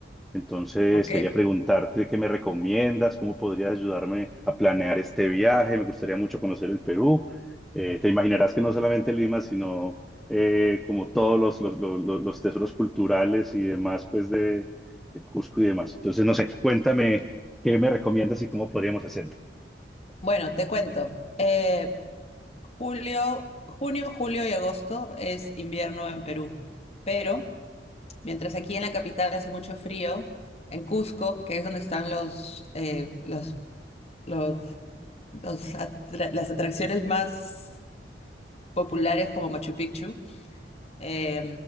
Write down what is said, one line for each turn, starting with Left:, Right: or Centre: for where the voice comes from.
Centre: Entonces,
Left: Ok.
Centre: quería preguntarte qué me recomiendas, cómo podrías ayudarme a planear este viaje. Me gustaría mucho conocer el Perú. Eh, te imaginarás que no solamente Lima, sino eh, como todos los, los, los, los- los tesoros culturales y demás, pues de, de Cusco y demás. Entonces, no sé, cuéntame qué me recomiendas y cómo podríamos hacerlo.
Left: Bueno, te cuento. Eh, julio, junio, julio y agosto es invierno en Perú, pero mientras aquí en la capital hace mucho frío, en Cusco, que es donde están los, eh, los, los, los atra- las atracciones más populares como Machu Picchu, Eh,